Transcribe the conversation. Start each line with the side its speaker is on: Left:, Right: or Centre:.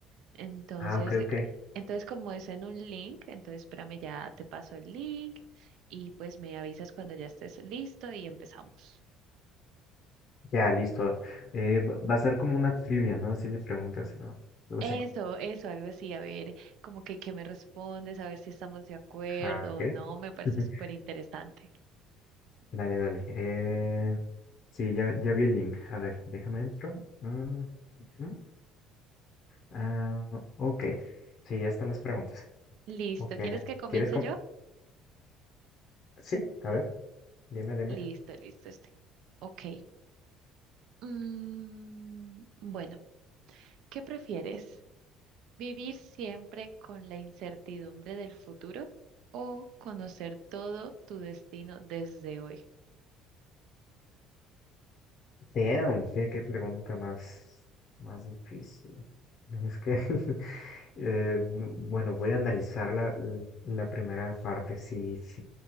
Right: Entonces,
Left: Ah, ok,
Right: eh,
Left: ok.
Right: entonces como es en un link, entonces espérame, ya te paso el link y pues me avisas cuando ya estés listo y empezamos.
Left: Ya, listo. Eh, va va a ser como una trivia, ¿no? Así de preguntas. ¿no? Luego
Right: Eso,
Left: sí.
Right: eso, algo así, a ver, como que, que me respondes, a ver si estamos de acuerdo
Left: Ah, ok.
Right: o no, me parece
Left: <laughs>
Right: súper interesante.
Left: Dale, dale. Eh, sí, ya, ya vi el link. A ver, déjame entro. Mm, ujú. Ah, ok. Sí, ya están las preguntas.
Right: Listo,
Left: Ok.
Right: ¿quieres que comience
Left: ¿Quieres? com-
Right: yo?
Left: Sí, a ver, dime, dime.
Right: Listo, listo, este. Ok. Mm, bueno, ¿qué prefieres? ¿Vivir siempre con la incertidumbre del futuro o conocer todo tu destino desde hoy?
Left: Damn, qué, qué pregunta más, más difícil. Es que, <laughs> eh, bu- bueno, voy a analizar la, la la primera parte. Si, si,